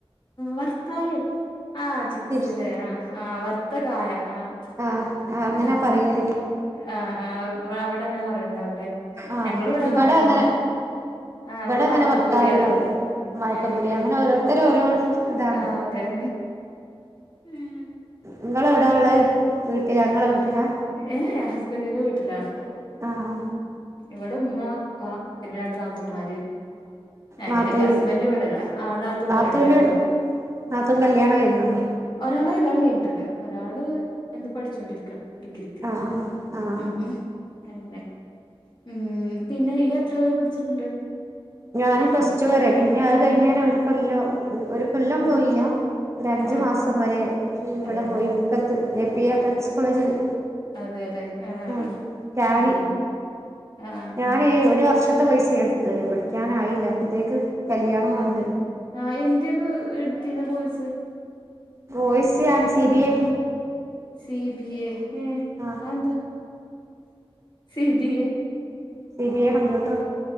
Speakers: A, on the left; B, on the right.
A: വർത്തായി ആഹ് ചിപ്സ്
B: സിപ്സ്
A: ലേ ആഹ് ആഹ് വറുത്ത കായ ആഹ്
B: ആഹ് അങ്ങനാ
A: ആഹ്
B: പറയല്
A: ആഹ് ആഹ് അവിടെ അങ്ങനെ പറയണ്ടാവും ല്ലേ
B: ആഹ്
A: ഞങ്ങൾ ഇവിടെ വയ
B: അങ്ങനെ
A: എന്താ ആഹ് ഇവിടെ
B: അങ്ങനെ
A: വായക്കപ്പൊരി
B: വർത്തായിന്നാ
A: അറയും
B: പറയാ വാഴക്കപ്പൊരി
A: ആഹ്
B: അങ്ങനെ ഓരോരുത്തര് ഓരോ ഇതാണ്
A: ആഹ് <unintelligible>
B: ഇങ്ങള് എവിടാ ഉള്ളേ വീട്ടിലാ ഇങ്ങളെ വീട്ടിലാ
A: ഏഹ് ഹസ്ബന്റിന്റെ വീട്ടിലാണിപ്പം
B: ആഹ്
A: ഇവിടെ ഉമ്മ ഉപ്പ പിന്നെ രണ്ടു നാത്തു- നാത്തൂമാര് അങ്ങനെ
B: നാത്തൂന്
A: ഹസ്ബന്റ് ഇവിടെല്ല ആ നാത്തുമാരുണ്ട്
B: നാത്തൂന്
A: രണ്ടു നാത്തു-
B: നാത്തൂൻ കല്യാണം കഴിഞ്ഞതാണോ
A: ഒരാടെ കല്ല്യാണം കഴിഞ്ഞിട്ടുണ്ട്. ഒരാള് എന്ത് പഠിച്ചുകൊണ്ടിരിക്കണ്. ഡിഗ്രി
B: ആഹ് ആഹ് ആഹ്
A: ഉം <unintelligible> അങ്ങനെ ഉം പിന്നെ നീ എത്ര വരെ പഠിച്ചിട്ടുണ്ട്?
B: ഞാന് പ്ലസ് ടു വരെ പിന്നെ അത് കഴിഞ്ഞേരം ഒരു കൊല്ലം ഒരു കൊല്ലം
A: ഉം
B: പോയില്ല. ഒരു അഞ്ച്
A: ആഹ്
B: മാസം വരെ ഇവിടെ
A: അതെല്ലേ
B: പോയി. മുക്കത്ത് എ പി എഫ് എക്സ് കോളേജിൽ-
A: അതെല്ലേ ആഹ്
B: ഉം ടാലി
A: ഉം ആഹ്
B: ഞാനെ
A: ആഹ്
B: ഒരു വർഷം- തെ പൈസയൊടുത്തു പഠിക്കാനായില്ല അപ്പോത്തേക്ക് കല്യാണം
A: ആഹ്
B: വന്ന്!
A: അതെല്ലേ ആഹ് എന്തേനു എടുത്തിരുന്ന കോഴ്സ്
B: വോയിസെ ആണ് C B A
A: C B A. ഉം
B: ആഹ്
A: അതെന്താ C B A
B: C B A computer